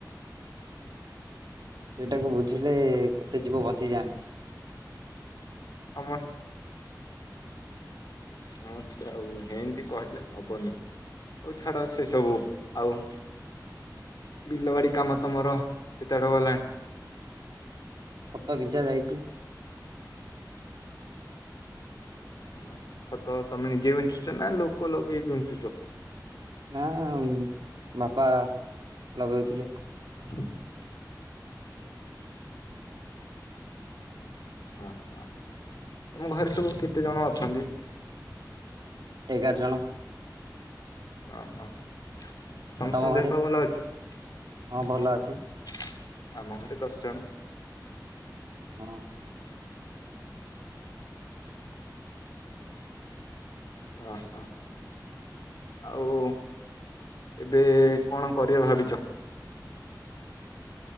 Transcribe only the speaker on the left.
ସମସ୍ ସମସ୍ତେ ଆଉ ହେନ୍ତି କହିଲେ ହବନି। ଆଉ ଛାଡ ସେ ସବୁ ଆଉ ବିଲ ବାଡି କାମ ତମର କେତେ ବାଟ ଗଲାଣି।
ହଁ ଖତ ତମେ ନିଜେ ବିଞ୍ଚୁଚ ନା ଲୋକ ଲଗେଇ ବିଂଚୁଚ।
<unintelligible> ଅ ହ ତମ ଘରେ ସବୁ କେତେ ଜଣ ଅଛନ୍ତି।
ଅହ ସମସ୍ତଙ୍କ
ଦେହ ପା ଭଲ ଅଛି।
<unintelligible>
<unintelligible> ଆମ ଘରେ ଦଶ ଜଣ।
ଓ ହ ଆଉ ଏବେ କଣ କରିବା ଭାବିଛ